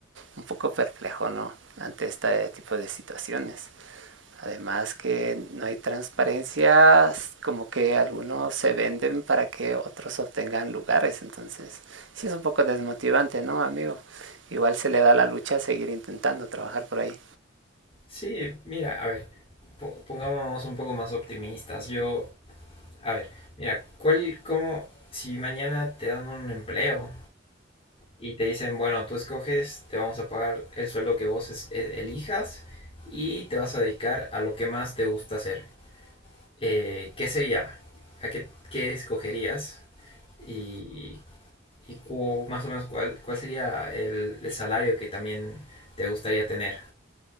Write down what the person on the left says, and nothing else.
Sí, mira, a ver, po- pongámonos un poco más optimistas. Yo, a ver, mira, ¿cuál, cómo, si mañana te dan un empleo y te dicen, bueno, tú escoges, te vamos a pagar el sueldo que vos es- e- elijas y te vas a dedicar a lo que más te gusta hacer? Eh, ¿qué sería? ¿A qué, qué escogerías? Y, y cu- más o menos cuál, cuál sería el el salario que también te gustaría tener.